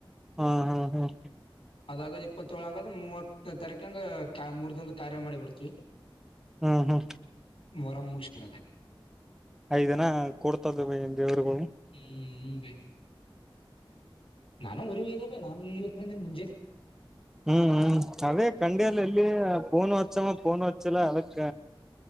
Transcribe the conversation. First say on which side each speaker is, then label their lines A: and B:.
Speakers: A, in the centre; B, on the left.
A: ಹ್ಮ ಹಾ ಹಾ್
B: ಅದಾಗದ್ ಇಪ್ಪತ್ತಏಳಗದ್ ಮೂವತ್ತ ತಾರೀಕಂಗ ಮೂರ್ ದಂದು ಕಾರ್ಯ ಮಾಡಿ ಬಿಿಡ್ತಿವಿ
A: ಹ್ಮ್ ಹ್ಮ್
B: ಮರಂ ಮುಷಿ ಪಕೆ
A: ಐದಿನ ಕೊಡ್ತದ ದೇವರುಗಳು
B: ಹ್ಮ್ ಮುಂಬೈ ನಾನು ಒ ವಯದಪಿ ನಾನು ಇವತ್ತ ಮಂದಿನ ಮುಂಜೆರಿ
A: ಹ್ಮ್ ಹ್ಮ್ ಅದೇ ಕಂಡಿಯಲ್ಲ ಎಲ್ಲಿ ಫೋನ್ ವಚಾಮ ೋನ್ ವಚ್ಚಲ್ಲ ಅಳಕ್ಕ